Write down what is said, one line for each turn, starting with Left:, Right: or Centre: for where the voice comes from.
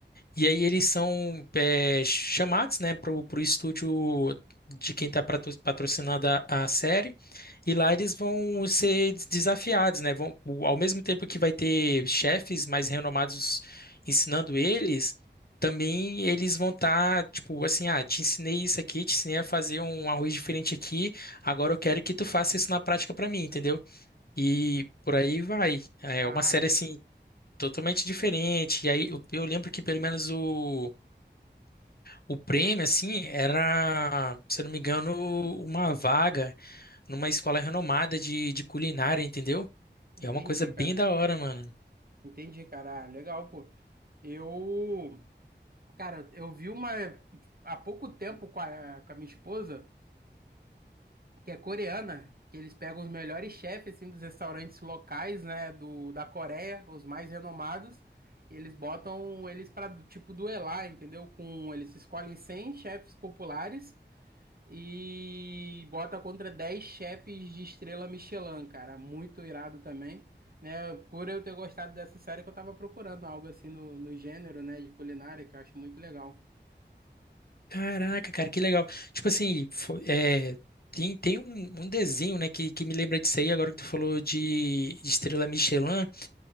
Left: E aí eles são é, chamados, né, pro, pro estúdio de quem está patrocinando a, a série. E lá eles vão ser des- desafiados, né? Vão, o- ao mesmo tempo que vai ter chefes mais renomados ensinando eles também eles vão estar, tipo, assim, ah, te ensinei isso aqui, te ensinei a fazer um arroz diferente aqui, agora eu quero que tu faça isso na prática pra mim, entendeu? E por aí vai. É
Right: Ah,
Left: uma série, assim, totalmente diferente. E aí eu, eu lembro que pelo menos o, o prêmio, assim, era, se eu não me engano, uma vaga numa escola renomada de, de culinária, entendeu?
Right: entendi,
Left: É uma coisa bem
Right: cara.
Left: da hora, mano.
Right: Entendi, cara. Ah, legal, pô. Eu, cara, eu vi uma há pouco tempo com a, com a minha esposa. que é coreana, que eles pegam os melhores chefes assim dos restaurantes locais, né, do da Coreia, os mais renomados, e eles botam eles para tipo duelar, entendeu? Com eles escolhem 100 chefes populares e bota contra 10 chefes de estrela Michelin, cara, muito irado também. Né, por eu ter gostado dessa série que eu tava procurando algo assim no, no gênero, né, de culinária, que eu acho muito legal.
Left: Caraca, cara, que legal. Tipo assim, fo- é, tem, tem um, um desenho, né, que, que me lembra disso aí, agora que tu falou de, de Estrela Michelin,